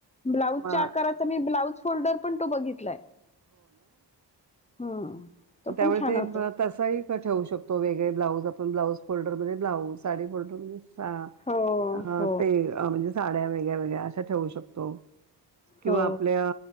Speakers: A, on the left; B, on the right.
A: ब्लाऊजच्या
B: मग
A: आकाराचा मी ब्लाऊज फोल्डर पण, तो बघितलाय. हम्म तो
B: त्या
A: पण
B: मद्ये
A: छान होतो
B: तस ही ठेवू शकतो तो वेगळे ब्लाऊज आपण ब्लाऊज फोल्डर मद्ये ठेवू शकतो साडी फ्लोडर मद्ये साडी
A: हो हो
B: ल अ... म्हणजे साड्या वेगळ्या, वेगळ्या अशा ठेवू, शकतो किंवा
A: हो
B: आपल्या...